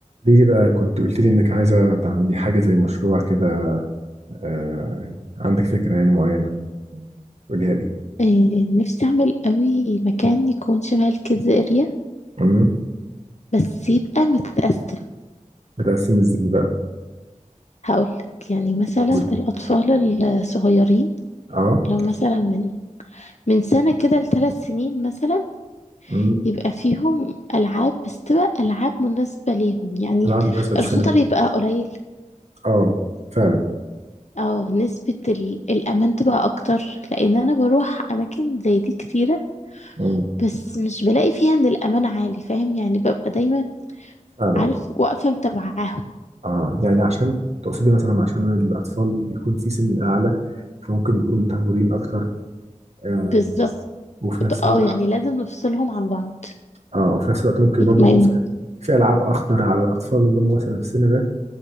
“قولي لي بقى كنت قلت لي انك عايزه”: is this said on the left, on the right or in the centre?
Right